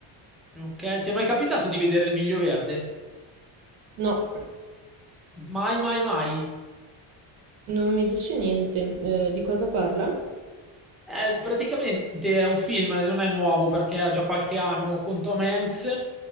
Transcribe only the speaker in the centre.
Ok. Ti è mai capitato di vedere Il Miglio Verde?
Mai, mai, mai.
Eh, praticamente è un film, non è nuovo perché ha già qualche anno, con Tom Hanks.